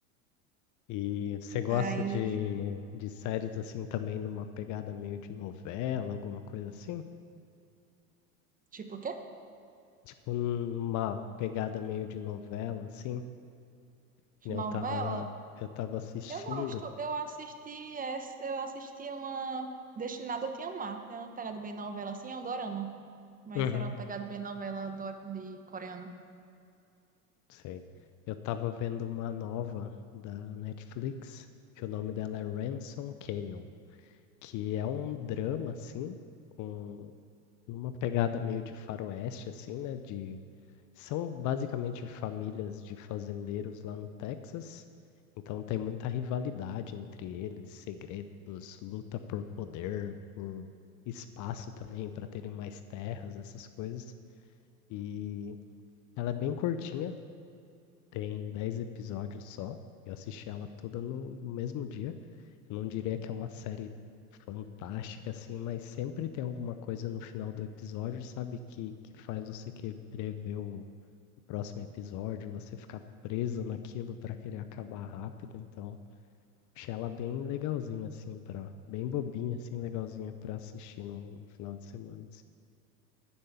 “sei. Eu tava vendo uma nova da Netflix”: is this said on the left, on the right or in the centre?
Left